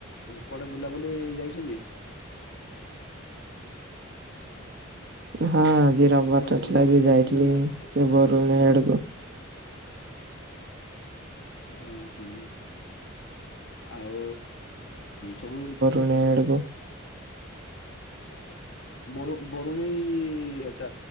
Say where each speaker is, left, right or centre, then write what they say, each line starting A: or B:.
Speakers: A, on the left (about 65°); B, on the right (about 55°).
A: କୁଆଡେ ବୁଲାବୁଲି ଯାଇଛନ୍ତି?
B: ହଁ ଆଜି
A: କହିଲି
B: ରବିବାର
A: କୁଆଡେ
B: ଟା
A: ବୁଲାବୁଲି
B: ଥିଲା ଯେ
A: ଯାଇଛନ୍ତି
B: ଯାଇଥିଲି
A: ନା ଯାଇନାହାନ୍ତି?
B: ସେ ବରୁଣେଇ ଆଡୁକୁ।
A: ଅ ହଁ। ଆଉ ସବୁ
B: <unintelligible> ଆଡ଼କୁ
A: ବରୁ ବରୁଣେଇ ଆଚ୍ଛା